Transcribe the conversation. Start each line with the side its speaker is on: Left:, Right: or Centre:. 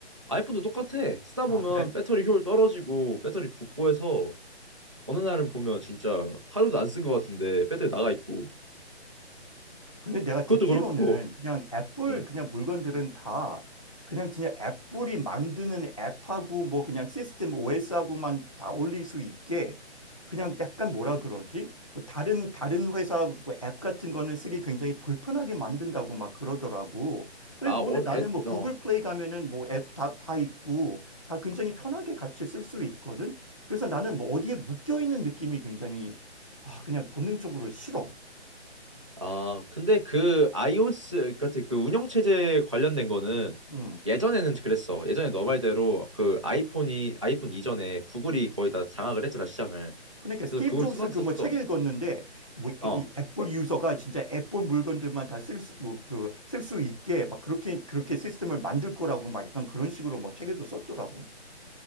Right: 아이폰도 똑같아. 쓰다
Left: 아,
Right: 보면
Left: 그래?
Right: 배터리 효율 떨어지고 배터리 붓고 해서 어느 날은 보면 진짜 하루도 안 쓴 것 같은데 배터리 나가 있고
Left: 근데 내가
Right: 그것도
Left: 듣기로는
Right: 그렇고.
Left: 그냥 애플
Right: 응.
Left: 그냥 물건들은 다 그냥 진짜 애플이 만드는 앱하고 뭐 그냥 시스템 OS하고만 다 올릴 수 있게 그냥 약간 뭐라 그러지? 뭐 다른 다른 회사 뭐앱 같은 거는 쓰기 굉장히 불편하게 만든다고 막 그러더라고. 그래
Right: 아,
Left: 근데
Right: 원,
Left: 나는
Right: 애,
Left: 뭐 구글
Right: 어.
Left: 플레이 가면은 뭐 앱 다 다 있고 다 굉장히 편하게 같이 쓸 수 있거든. 그래서 나는 뭐 어디에 묶여 있는 느낌이 굉장히 아 그냥 본능적으로 싫어.
Right: 아, 근데 그 iOS 같은 그 운영 체제 관련된 거는
Left: 응.
Right: 예전에는 그랬어. 예전에 너 말대로 그 아이폰이 아이폰 이전에 구글이 거의 다 장악을 했잖아 시장을.
Left: 그러니까 스티브
Right: 그래서 구글
Left: 잡스
Right: 스마트
Left: 그 뭐
Right: 스토어.
Left: 책 읽었는데 뭐
Right: 어.
Left: 이 애플 유저가 진짜 애플 물건들만 다 쓸 수 뭐 그 쓸 수 있게 막 그렇게 그렇게 시스템을 만들 거라고 막 약간 그런 식으로 막 책에도 썼더라고.